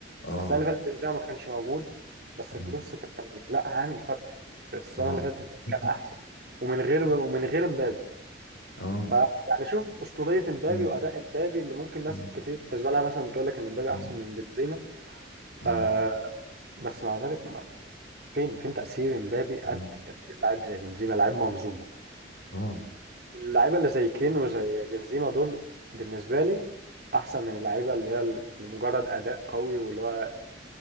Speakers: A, on the left (about 70°); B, on the right (about 55°).
A: آه
B: لا السنه اللي فاتت بنزيما ما كانش موجود بس
A: مم.
B: كروس كان لا عامل فرق السنه
A: آه
B: اللي فاتت
A: <laughs>
B: كان احسن ومن غير ومن غير امبابي
A: آه
B: ف يعني شوف اسطوريه امبابي
A: مم.
B: واداء امبابي اللي ممكن ناس
A: مم.
B: كتير بالنسبه لها مثلا بتقول لك ان امبابي
A: مم.
B: احسن من بنزيما
A: آه
B: آه بس مع ذلك ما- فين فين تاثير امبابي قد
A: آه
B: تاثير لاعب زي بنزيما لاعب منظومه
A: آه
B: اللعيبه اللي زي كين وزي بنزيما دول بالنسبه لي احسن من اللعيبه اللي هي لمجرد اداء قوي واللي هو